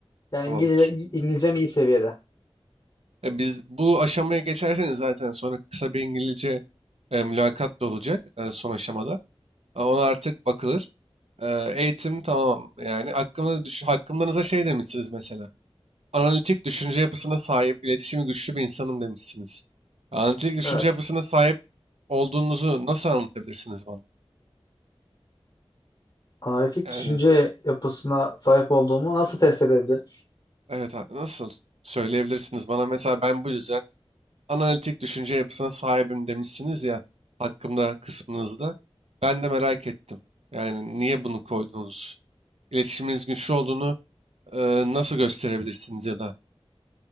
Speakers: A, on the left; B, on the right.
A: Yani
B: tamamdır.
A: İngilizce, İngilizcem iyi seviyede.
B: E, biz bu aşamaya geçerseniz zaten sonra kısa bir İngilizce e, mülakat da olacak e, son aşamada. E, ona artık bakılır. E, eğitim tamam yani hakkımda düş hakkımdanıza şey demişsiniz mesela. Analitik düşünce yapısına sahip, iletişimi güçlü bir insanım demişsiniz. E, Analitik düşünce
A: Evet.
B: yapısına sahip olduğunuzu nasıl anlatabilirsiniz bana?
A: Analitik
B: Yani
A: düşünce yapısına sahip olduğumu nasıl test edebiliriz?
B: evet ha- nasıl söyleyebilirsiniz bana mesela ben bu yüzden analitik düşünce yapısına sahibim demişsiniz ya hakkımda kısmınızda. Ben de merak ettim. Yani niye bunu koydunuz? İletişiminiz güçlü olduğunu e, nasıl gösterebilirsiniz ya da?